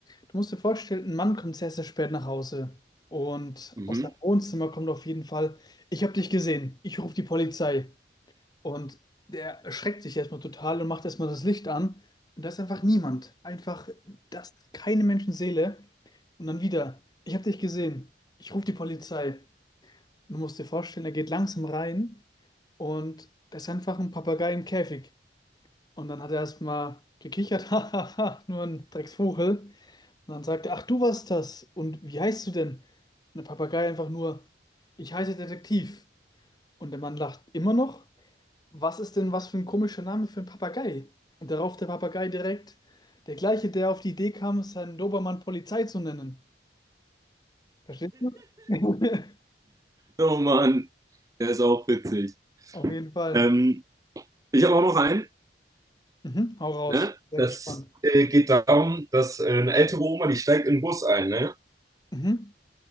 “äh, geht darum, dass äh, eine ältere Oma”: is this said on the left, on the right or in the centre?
Right